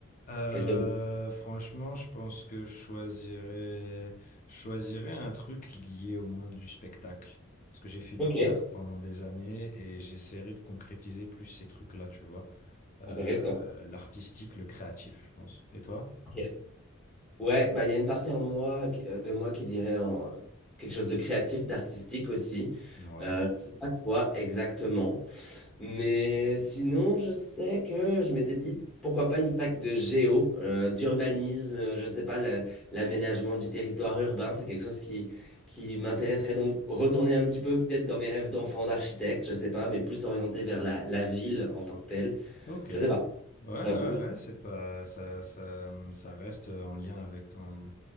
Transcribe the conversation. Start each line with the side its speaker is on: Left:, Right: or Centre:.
Left: Euh,
Centre: quel domaine.
Left: franchement, je pense que je choisirais, je choisirais un truc lié au monde du spectacle. Parce que j'ai fait du
Centre: Ok,
Left: théâtre pendant des années et j'essaierai de concrétiser plus ces trucs-là, tu vois. Euh,
Centre: intéressant.
Left: l'artistique, le créatif, je pense. Et toi?
Centre: Ok. Ouais, bah il y a une partie en moi, qui- euh, de moi qui dirait en quelque chose de créatif, d'artistique aussi.
Left: Ouais.
Centre: Euh, je sais pas quoi exactement. Mais sinon, je sais que je m'étais dit, pourquoi pas une fac de géo, euh, d'urbanisme, euh, je sais pas, la- l'aménagement du territoire urbain, c'est quelque chose qui, qui m'intéresserait. Donc retourner un petit peu peut-être dans mes rêves d'enfant, d'architecte, je sais pas, mais plus orienté vers la, la ville en tant que telle.
Left: Ok.
Centre: Je
Left: Ouais,
Centre: sais pas,
Left: ouais,
Centre: j'avoue,
Left: ouais, c'est pas ça, ça, mmh, ça reste euh, en lien avec ton,